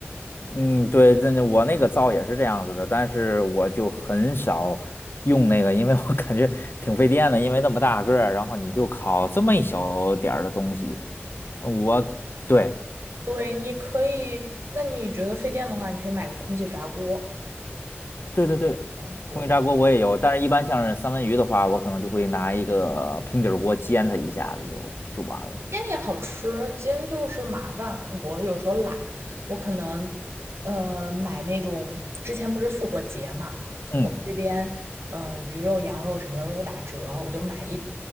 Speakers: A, on the left; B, on the right.
A: 嗯，对，那那我那个灶也是这样子的，但是我就很少用那个，因为我感觉挺费电的，因为那么大个儿，然后你就烤这么一小点儿的东西，呃我对
B: 对，你可以，那你觉得费电的话，你可以买个空气炸锅。
A: 对对对，
B: 嗯，
A: 空气炸锅我也有，
B: 对，
A: 但是一般像是三文鱼的话，我可能就会拿一个平底儿锅煎它一下子就就完了。
B: 煎也好吃，煎就是麻烦。我有时候懒，我可能呃买那种之前不是复活节嘛，
A: 嗯
B: 我们这边呃鱼肉、羊肉什么的都打折，我就买一